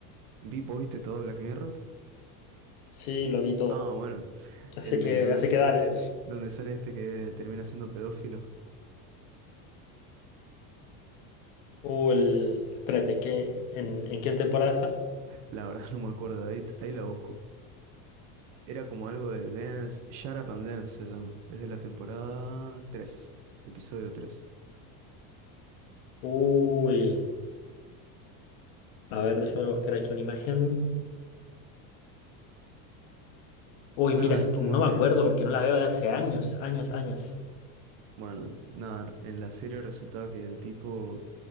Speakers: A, on the right; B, on the left.
A: Vi- ¿Vos viste todo Black Mirror?
B: Sí, lo vi todo,
A: Ah, bueno,
B: así
A: el
B: que,
A: de donde
B: así
A: sale,
B: que dale.
A: el, donde sale este que termina siendo pedófilo.
B: Uy, el- espérate, ¿qué, en, en qué temporada está?
A: La verdad <laughs> no me acuerdo, ahí, ahí la busco. Era como algo de Dance, Shut Up and Dance se llama. Es de la temporada 3, episodio 3.
B: Uy, a ver, déjame buscar aquí una imagen. Uy,
A: Nada,
B: mira, es
A: es
B: que
A: como
B: no
A: que,
B: me acuerdo porque no la veo de hace años, años, años.
A: bueno, nada, en la serie resultaba que el tipo